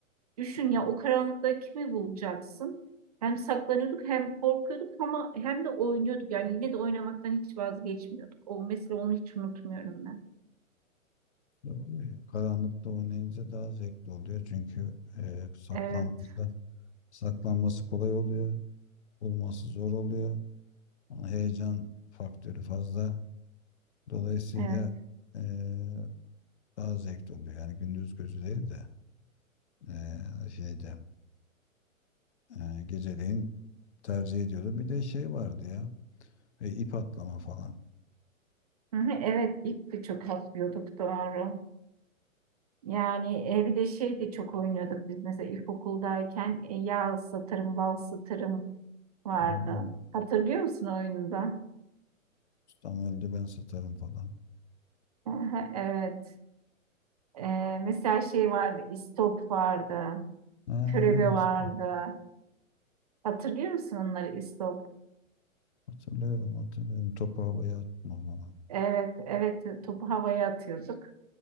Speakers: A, on the right; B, on the left.
A: Düşün ya o karanlıkta kimi bulacaksın? Hem saklanıyorduk hem korkuyorduk ama hem de oynuyorduk. Yani yine de oynamaktan hiç vazgeçmiyorduk. O mesela onu hiç unutmuyorum ben.
B: Doğru ya. Karanlıkta oynayınca daha zevkli oluyor çünkü eee saklanması,
A: Evet.
B: saklanması kolay oluyor. Bulması zor oluyor. Ama heyecan faktörü fazla. Dolayısıyla
A: Evet.
B: eee, daha zevkli oluyor. Yani gündüz gözü değil de eee, şeyde Ee, geceleyin tercih ediyordu. Bir de şey vardı ya. E, ip atlama falan.
A: Hı hı, Evet, ip de çok atlıyorduk doğru. Yani e, bir de şey de çok oynuyorduk biz mesela ilkokuldayken e, yağ ıslatırım, bal ıslatırım vardı.
B: Hmm.
A: Hatırlıyor musun oyununda?
B: Ustam öldü ben satarım falan.
A: Hı hı, Evet. E, mesela şey vardı, istop vardı,
B: Ha,
A: körebe
B: öyle.
A: vardı.
B: işte.
A: Hatırlıyor musun onları istop?
B: Hatırlıyorum hatırlıyorum. Topu havaya atma falan.
A: Evet, evet topu havaya atıyorduk.